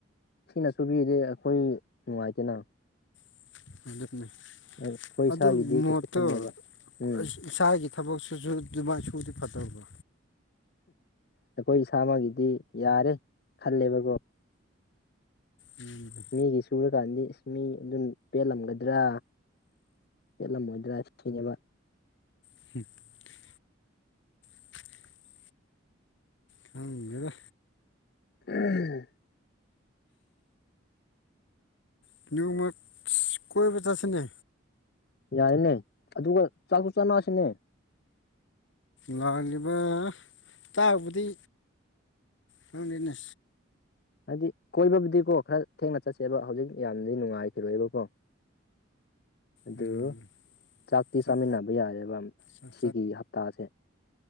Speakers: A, on the left; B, on the left.
A: ꯊꯤꯅ ꯁꯨꯨꯕꯤꯔꯗꯤ ꯑꯩꯈꯣꯏ ꯅꯨꯡꯉꯥꯏꯇꯦꯅ
B: <unintelligible>
A: ꯑꯩꯈꯣꯏ
B: ꯑꯗꯨ
A: ꯏꯁꯥꯒꯤꯗꯤ
B: ꯃꯣꯠꯇꯣ
A: ꯀꯩꯁꯨ ꯈꯟꯗꯦꯕ
B: <unintelligible>
A: ꯎꯝ
B: ꯏꯁꯥꯒꯤ ꯊꯕꯛꯁꯤꯁꯨ ꯑꯗꯨꯃꯥꯏꯅ ꯁꯨꯗꯤ ꯐꯗꯧꯕ
A: ꯑꯩꯈꯣꯏ ꯏꯁꯥꯃꯛꯒꯤꯗꯤ ꯌꯥꯔꯦ ꯈꯜꯂꯦꯕꯀꯣ
B: ꯎꯝ
A: ꯃꯤꯒꯤ ꯁꯨꯕꯀꯥꯟꯗꯤ ꯑꯁ ꯃꯤ ꯑꯗꯨꯅ ꯄꯦꯜꯂꯝꯒꯗ꯭ꯔꯥ ꯄꯦꯜꯂꯝꯃꯣꯏꯗ꯭ꯔꯥ ꯊꯤꯅꯦꯕ
B: <unintelligible> <inaudible> ꯈꯪꯗꯦꯗ
A: <unintelligible>
B: <unintelligible> ꯃꯔꯛ ꯑꯁ ꯀꯣꯏꯕ ꯆꯠꯁꯤꯅꯦ
A: ꯌꯥꯔꯤꯅꯦ ꯑꯗꯨꯒ ꯆꯥꯛꯁꯨ ꯆꯥꯅꯁꯤꯅꯦ
B: ꯂꯥꯛꯅꯦꯕ ꯏꯇꯥꯕꯨꯗꯤ ꯈꯪꯗꯦꯅꯦ
A: ꯍꯥꯏꯗꯤ ꯀꯣꯏꯕꯕꯨꯗꯤꯀꯣ ꯈꯔ ꯊꯦꯡꯅ ꯆꯠꯁꯦꯕ ꯍꯧꯖꯤꯛ ꯌꯥꯝꯗꯤ ꯅꯨꯡꯉꯥꯏꯈꯤꯔꯣꯏꯕꯀꯣ <inaudible> ꯑꯗꯨ
B: ꯎꯝ
A: ꯆꯥꯛꯇꯤ
B: ꯆꯥꯛ
A: ꯆꯥꯃꯤꯟꯅꯕ ꯌꯥꯔꯦꯕ
B: ꯆꯥꯛ
A: ꯁꯤꯒꯤ ꯍꯞꯇꯥꯁꯦ